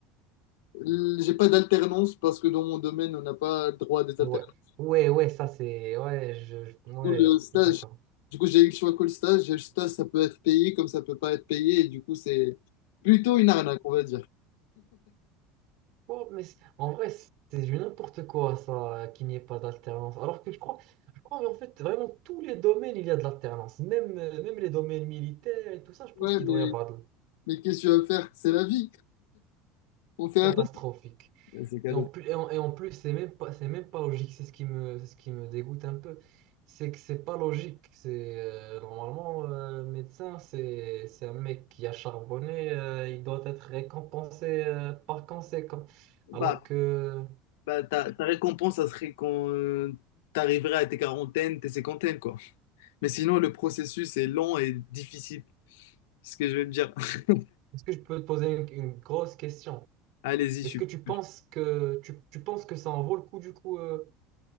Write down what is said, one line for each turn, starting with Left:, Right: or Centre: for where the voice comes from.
Left: L- J'ai pas d'alternance parce que dans mon domaine, on n'a pas droit à des alternances.
Right: Ouais. Ouais, ouais, ça c'est... Ouais, je... je- ouais,
Left: cool euh, stage.
Right: d'accord.
Left: Du coup, j'ai eu le choix que le stage. Et le stage, ça peut être payé comme ça peut pas être payé. Et du coup, c'est plutôt une arnaque, on va dire.
Right: Oh, mais c'est- en vrai, c'est du n'importe quoi ça, euh, qu'il n'y ait pas d'alternance. Alors que je crois, je crois mais en fait, vraiment, tous les domaines, il y a de l'alternance. Même, euh, même les domaines militaires et tout ça, je pense
Left: Ouais,
Right: qu'il
Left: mais,
Right: doit y avoir de...
Left: mais qu'est-ce que tu vas faire? C'est la vie. On fait
Right: catastrophique.
Left: avec. C'est cadeau.
Right: Et en plus, et en, et en plus, c'est même pas, c'est même pas logique. C'est ce qui me, c'est ce qui me dégoûte un peu. C'est que c'est pas logique. C'est euh, normalement euh, médecin, c'est c'est un mec qui a charbonné. euh, il doit être récompensé euh, par conséquent.
Left: Bah,
Right: Alors que,
Left: bah, ta, ta récompense, ça serait quand euh, t'arriverais à tes quarantaines, tes cinquantaines, quoi. Mais sinon, le processus est lent et difficile. C'est ce que je veux te dire. <laughs>
Right: est-ce que je peux te poser une, une grosse question?
Left: Allez-y,
Right: Est-ce
Left: super.
Right: que tu penses que tu, tu penses que ça en vaut le coup du coup euh,